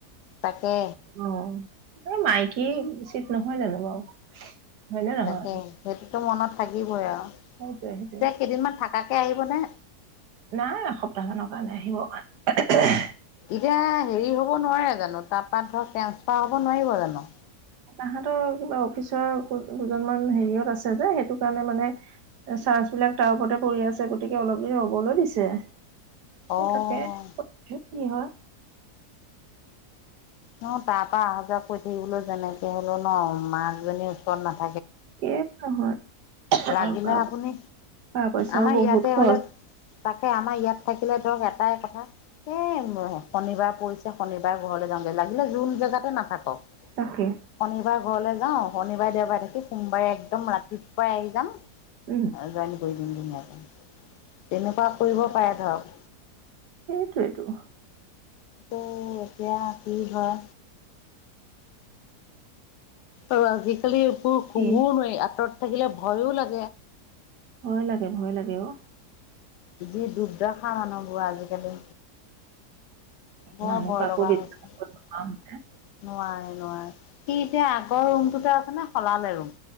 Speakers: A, on the left (about 80°); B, on the right (about 80°).
A: তাকে
B: অঁ এই মাইকী। উচিত নহয় জানো বাৰু হয়নে নহয়
A: তাকে সেইটোতো মনত থাকিবই আৰু
B: সেইটোৱে সেইটোৱে
A: এতিয়া কেইদিনমান থাক। থকাকে আহিব নে
B: নাই এসপ্তাহ মানৰ কাৰণে আহিব
A: এতিয়া হেৰি হ নোৱাৰে জানো তাৰপৰা ধৰক ট্ৰেন্সফাৰ হ'ব নোৱাৰিব জানো জানোঁ।
B: তাহতৰ কিবা অফিচৰ দুজন মান হেৰিয়ত আছে যে সেইটো কাৰণে মানে চাৰ্জ বিলাক তাৰ ওপৰতে পৰি আছে গতিকে অলপ দেৰি ৰবলৈ দিছে সেই
A: অ',
B: তাকে কি হয়।
A: ন তাৰপা অহা যোৱা কৰি থাকিবলৈ যেনেকে হলেও ন মাকজনীৰ ওচৰত নাছিল
B: এই নহয়।
A: লাগিলে
B: আৰু টকা
A: আপুনি
B: পইচাও
A: আমাৰ
B: বহুত
A: ইয়াতে
B: খৰচ
A: হলে। তাকে আমাৰ ইয়াত থাকিলে ধৰক এটাই কথা এ শনিবাৰ পৰিছে শনিবাৰ ঘৰলৈ যাওঁগৈ লাগিলে যোন জেগাতে নাথাকক।
B: তাকে।
A: শনিবাৰ ঘৰলৈ যাওঁ শনিবাৰে দেওবাৰে থাকি সোমবাৰে একদম ৰাতি পুৱাই আহি যাম
B: উম
A: অঁ জইন কৰি দিম ধুনীয়াকে তেনেকুৱা কৰিব পাৰে ধৰক।
B: সেইটোৱেটো।
A: এইটো এতিয়া কি হয়। আৰু আজিকালি এইবোৰ
B: কি
A: কবও নোৱাৰি আঁতৰত। থাকিলে ভয়ো লাগে।
B: ভয় লাগে ভয় লাগে অঁ।
A: যিত। দোষ দেখা মানুহবোৰ আজিকালি বৰ
B: মানুহ
A: ভয়
B: কাকো
A: লগা
B: বিশ্বাস
A: হৈছে
B: কৰিব
A: নোৱাৰ।
B: নোৱাৰা হৈছে
A: ন সি এতিয়া আগৰ ৰুমটোতে আছে নে শলালে ৰুম।